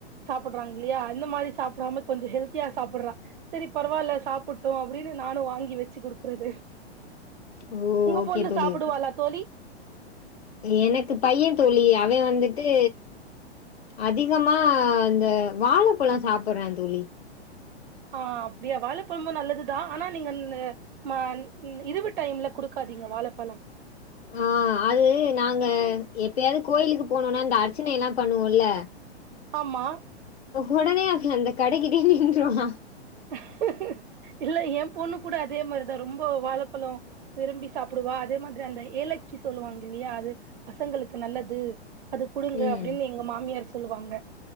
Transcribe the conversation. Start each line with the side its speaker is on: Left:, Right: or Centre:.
Right: சாப்படுறாங்க இல்லையா அந்த மாரி சாப்பிடாம கொஞ்ச ஹெல்தியா சாப் பிட்ற செரி பரவால்ல சாப்புட்டு அப்டினு நானு வாங்கி வெச்சு குடுக்குறது
Left: ஓ
Right: உங்க
Left: ஓகே
Right: பொண்ணு
Left: தோழி
Right: சாப்பிடுவாலா
Left: ஓகே.
Right: தோழி
Left: எனக்கு பைய தோழி அவே வந்துட்டு அதிகமா இந்த வாழப்பழோ சாப்பிட்றந் தோழி
Right: ஆ அப்டியா வாழப்பழமு நல்லதுதா ஆனா நீங்க இந்த ம இ இருவு டைம்ல குடுக்கா அதீங்க வாழப்பழம்
Left: ஆ அது நாங்க எப்பயாது கோயிலுக்கு போனோனா அந்த அர்ச்சனை எல்லா பண்ணுவோல்ல
Right: ஆமா
Left: ஒடனே அ அந்த கடைகிட்டேயே நின்றுவா
Right: ஹ இல்ல எ பொண்ணு கூட அதே மாரிதா ரொம்ப வாழப்பழோ விரும்பி சாப்புடுவா அதே மாதிரி அந்த ஏலக்கி சொல்லுவாங்க இல்லையா அது பசங்களுக்கு நல்லது அது குடுங்க
Left: ம்
Right: அப்டின் எங்க மாமியார் சொல்லுவாங்க